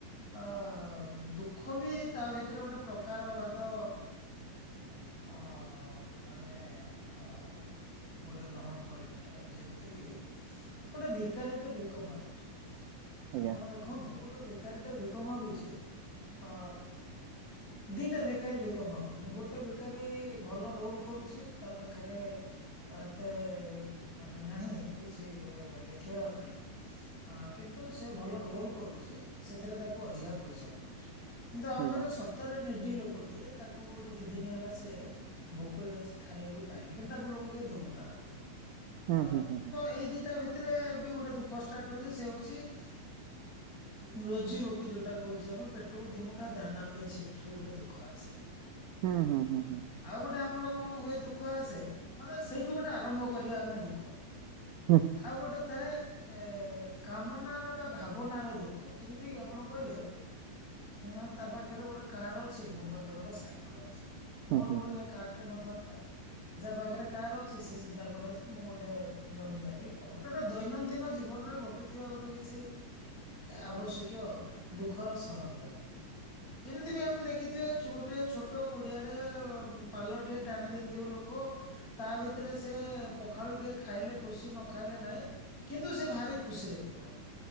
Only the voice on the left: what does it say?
ଅ ଦୁଃଖ ବି ତା ଭିତରେ ଗୋଟେ ପ୍ରକାର ଭେଦ ଅ ମାନେ ଅ ଗୋଟେ ଗ୍ରହଣ କରିଥାଏ। ଯେମିତି କିି ଗୋଟେ ଦି ଭୀକାରିଟେ ଭିକ ମାଗୁଛି
ଆପଣ ଦେଖନ୍ତୁ ଗୋଟେ ଭିକାରୀଟେ ଭିକ ମାଗୁଛି ଆଁ ଦିଟା ଭିକାରୀ ଭିକ ମାଗୁଛନ୍ତି ଗୋଟେ ଭିକାରୀ ଭଲ ରୋଲ କରୁଛି ତା ପାଖରେ ଏତେ ମାନେ ନାହିଁ କିଛି ଗୋଟେ ଦେ ଦେଖୀବା ପାଇଁ କିନ୍ତୁ ସେ ଭଲ ରୋଲ କରୁଛି ସେଥିରେ ତାକୁ ଅଧିକା ପଇସା ମିଳୁଛି। କିନ୍ତୁ ଆଉ
ଜଣେ ସତରେ ନିଡି ଲୋକଟିଏ ତାକୁ ଗୋଟେ ଦି ଦିନ ହେଲା ସେ ଭୋକରେ ଅଛି ଖାଇବାକୁ ପାଈନି କିନ୍ତୁ ତାକୁ ଲୋକ କିଏ ଦଉନାହାନ୍ତି।
ହଁ
ତ ଏଇ ଦିଟା ଭିତରେ ଏବେ ଗୋଟେ ଦୁଃଖ ଷ୍ଟାର୍ଟ୍ ହୁଏ ସେ ହଉଛି ରୋଜି ରୋଟି ଯୋଉଟା କହୁଛି ଆମେ ପେଟକୁ ଦିମୁଟା ଦାନା ପାଇଁ ସେଠି ଗୋଟେ ଦୁଃଖ ଆସେ।
ଆଉ ଗୋଟେ ଆମର କଣ ହୁଏ ଦୁଃ ଦୁଃଖ ଆସେ ମାନେ ସେଇଠୁ ଗୋଟେ ଆରମ୍ଭ କରିବା ଆମେ ଦୁଃଖ।
ଆଉ ଗୋଟେ ଥାଏ ଏ କାମନାର ବା ଭାବନାର ଦୁଃଖ ଯେମିତି କିି ଆପଣ କହିବେ ଉଁ ତା ପାଖରେ ଗୋଟେ କାର ଅଛି ମୋ ପାଖରେ ଗୋଟେ ସାଇକଲ ଅଛି। ମୋର
ଗୋଟେ ଯେ କାରଟେ ନଥାନ୍ତା ଯାହା ପାଖରେ କାର ଅ ସେ ଚିନ୍ତା କଲା ଯେ ମୁଁ ଗୋଟେ ଦମ୍ ଜାନି <inaudible> ଗୋଟେ ଗୋଟେ ଦୈନନ୍ଦିନ ଜୀବନରେ ଘଟୁଥିବା ଗୋଟେ କିଛି ଆବଶ୍ୟକୀୟ ଦୁଃଖର ସରଞ୍ଜାମ ଏମିତି ବି ଆମେ ଦେଖିଥିବା ଚୋଟେ ଗୋଟେ ଛୋଟ କୁଡିଆରେ ପାଲ ଟିକେ ଟାଣି ଦେଇଥିବ ଲୋକ ତା ଭିତରେ ସେ ପଖାଳ ଟିକେ ଖାଇଲେ ଖୁସି ନ ନଖାଇଲେ ନାହିଁ କିନ୍ତୁ ସେ ଭାରି ଖୁସିରେ ଥିବ।